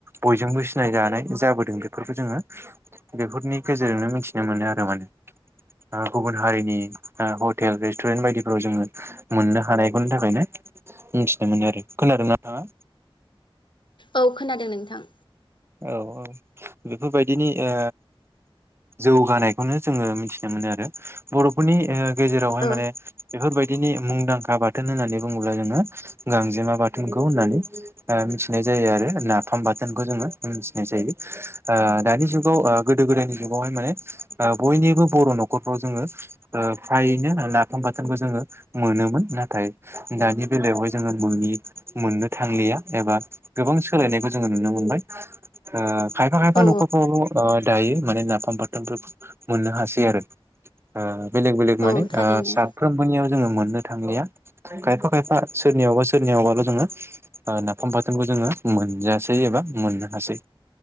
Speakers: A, on the right; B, on the left.
A: बयजोंबो सिनायजानाय जाबोदों बेफोरखौ जोङो बेफोरनि गेजेरजोंनो मिथिनो मोनो आरो माने गुबुन हारिनि हटेल रेस्टुरेन्ट बायदिफोराव जोङो मोननो हानायखौनि थाखायनो मिथिनो मोनो आरो खोनादों ना नोंथाङा?
B: औ खोनादों नोंथां।
A: औ औ बेफोरबायदिनि ओ जौगानायखौनो जोङो मिथिनो मोनो आरो बर'फोरनि ओ गेजेरावहाय
B: औ
A: माने बेफोरबायदि बिदिनि मुंदांखा बाथोन होन्नानै बुङोब्ला जोङो गांजेमा बाथोनखौ होननानै मिथिनाय जायो आरो नाफाम बाथोनखौ जोङो मिथिनाय जायो ओ दानि जुगाव गोदो गोदायनि जुगावहाय माने बयनिबो बर' नखरफ्राव जोङो फ्रायैनो नाफाम बाथोनखौ जोङो मोनोमोन नाथाय दानि बेलायावहाय जोङो मोनि मोननो थांलिया एबा गोबां सोलायनायखौ जोङो नुनो मोनबाय। ओ खायफा खायफा
B: औ
A: न'खर फोरावल ओ दायो माने नाफाम बाथोनफोरखौ मोननो हासै आरो ओ बेलेग बेलेग माने
B: औ थारैनो
A: ओ साफ्रोमबोनियाव जोङो मोननो थांलिया खायफा खायफा सोरनियावबा सोरनियावबाल' जोङो नाफाम बाथोनखौ जोङो मोनजासै एबा मोननो हासै